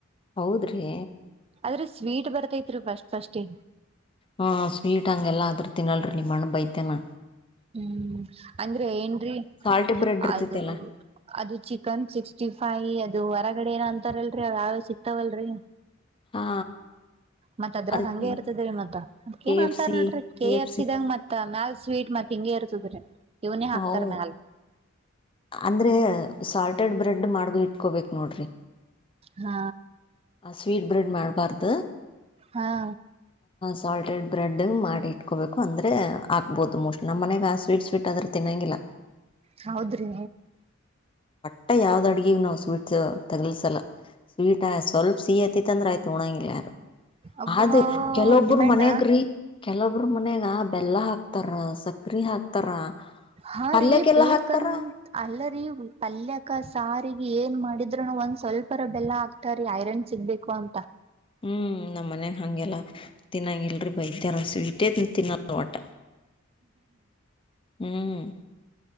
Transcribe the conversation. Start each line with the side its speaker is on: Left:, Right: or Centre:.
Left: ಹೌದ್ರಿ
Right: ಆದ್ರೆ ಸ್ವೀಟ್ ಬರ್ತೈತ್ರಿ ಫಸ್ಟ್ ಫಸ್ಟ್ ಗೆ
Left: ಹಾ ಸ್ವೀಟ್ ಹಂಗೆಲ್ಲ ಅಂದ್ರ ತಿನ್ನಲ್ರಿ ನಿಮ್ ಅಣ್ಣ ಬೈತೆನಾ
Right: ಹ್ಮ್ ಅಂದ್ರೆ ಏನ್ ರೀ
Left: ಸಾಲ್ಟ್ ಬ್ರೆಡ್ ಇರ್ತೈತಲ್ಲ
Right: ಅದ ಅದು ಚಿಕನ್ ಸಿಕ್ಸ್ಟಿ ಫಾಯಿ ಅದು ಹೊರಗಡೆ ಏನ ಅಂತಾರಲ್ರಿ ಅವ ಯಾವ ಸಿಕ್ತಾವಲ್ರರಿ
Left: ಹಾ
Right: ಮತ್ ಅದ್ರಾಗ
Left: ಅದಕ್ಕೆ
Right: ಹಂಗೆ ಇರ್ತದ್ರೀ ಮತ್ತ ಅದ್
Left: ಕೆ
Right: ಏನ್ ಅಂತಾರ
Left: ಎಫ್ ಸಿ
Right: ನೋಡ್ರಿ ಕೆ
Left: ಎಫ್
Right: ಎಫ್ಸಿದಾಗ
Left: ಸಿ
Right: ಮತ್ ತ್ತ ಮ್ಯಾಲ ಸ್ವೀಟ್ ಮತ್ ಹಿಂಗಗೆ ಇರ್ತದ್ರೀ ಇವ್ನೇ ಹಾಕ್ತಾರ
Left: ಹೌ
Right: ಮ್ಯಾಲ
Left: ಅಂದ್ರೆ ಸಾಲ್ಟೆಡ್ ಬ್ರೆಡ್ ಮಾಡಿ ಇಟ್ಕೋಬೇಕ ನೋಡ್ರಿ
Right: ಹಾ
Left: ಸ್ವೀಟ್ ಬ್ರೆಡ್ ಮಾಡಬಾರ್ದ
Right: ಹಾ
Left: ಸಾಲ್ಟೆಡ್ ಬ್ರೆಡ್ ಮಾಡಿ ಇಟ್ಕೋಬೇಕು ಅಂದ್ರೆ ಆಕ್ಬಹದು ಮೋಸ್ಟ್ ನಮ್ಮ ಮನ್ಯಾಗ ಆ ಸ್ವೀಟ್ ಸ್ವೀಟ್ ಆದ್ರ ತಿನ್ನೊಂಗಿಲ್ಲ
Right: ಹೌದ್ರಿ
Left: ಒಟ್ಟ ಯಾವ್ದ್ ಅಡಗಿಗ ನಾವು ಸ್ವೀಟ್ಸ್ ತಗಲಸಲ್ಲ ಸ್ವೀಟ್ ಸ್ವಲ್ಪ ಸಿಹ ಹತಿತ್ ಅಂದ್ರ ಆಯ್ತ ಉಣಂಗಿಲ್ಲ ಯಾರು
Right: ಅಬ್ಬಾ
Left: ಆದ ಕೆಲೊಬ್ಬ್ರ
Right: ಡಿಮ್ಯಾಂಡ
Left: ಮನ್ಯಾಗ್ರಿ ಕೆಲೊಬ್ರ ಮನ್ಯಾಗ ಬೆಲ್ಲ ಹಾಕ್ತಾರ ಸಕ್ರಿ ಹಾಕ್ತಾರ
Right: ಹಾ
Left: ಪಲ್ಯಕ್ಕೆಲ್ಲ
Right: ರೀ ಬೇಕನ್
Left: ಹಾಕ್ತಾರ
Right: ಅಲ್ಲ ರೀ ಪಲ್ಯಕ ಸಾರಿಗೆ ಏನ್ ಮಾಡಿದ್ರನು ಒಂದ್ ಸ್ವಲ್ಪರ ಬೆಲ್ಲ ಹಾಕತಾರ ರೀ ಐರನ್ ಸಿಗ್ಬೇಕು ಅಂತ
Left: ಹ್ಮ್ ನಮ್ ಮನ್ಯಾಗ ಹಂಗಗೆಲ್ಲ ತಿನ್ನಂಗಗಿಲ್ಲ ರೀ ಬೈದರ ಸ್ವೀಟೇ ತಿನ್ನಲ್ಲ ಒಟ್ಟ ಹ್ಮ್